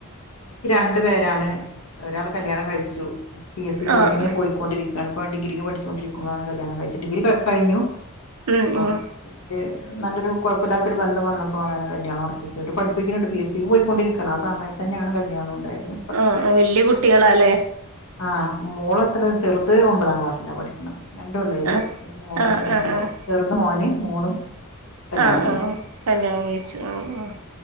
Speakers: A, on the left; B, on the right.
A: എനിക്ക് രണ്ട് പേരാണ് ഒരാൾ കല്യാണം കഴിച്ചു പി എസ് സി കോച്ചിങ്ങിന്
B: ആഹ്
A: പോയിക്കൊണ്ടിരിക്കയാണ് ഇപ്പോ ഡിഗ്രിക്ക് പഠിച്ചൊണ്ടിരിക്കുമ്പാണ് കല്യാണം കഴിച്ച ഡിഗ്രി ക കഴിഞ്ഞു
B: ഉം
A: അപ്പം
B: ഉം
A: പിന്നീട് നല്ലൊരു കുഴപ്പല്ലാത്തൊരു ബന്ധം വന്നപ്പോ അങ്ങനാ കല്യാണം ഉറപ്പിച്ച് അവര് പഠിപ്പിക്കണുണ്ട് പി എസ് സി പോയിക്കൊണ്ടിരിക്കും ആ സമയത്ത് തന്നെയാണ് കല്യാണം ഉണ്ടായത്
B: ആഹ് ആഹ് വെല്യ കുട്ടികളാല്ലേ
A: ആഹ് മൂളത്തിന് ചെറുത് ഒൻപതാം ക്ലാസ്സില പഠിക്കണത് രണ്ട് പിള്ളേര്
B: ആഹ്
A: ഒരു മോനും
B: ആഹ്
A: ഒരു
B: ആഹ്
A: മോളും ചെറുത് മോന് മോളും കല്യാണം
B: ആഹ്
A: കഴിച്ചു
B: ആഹ് കല്യാണം കഴിച്ചു ആഹ് ആഹ്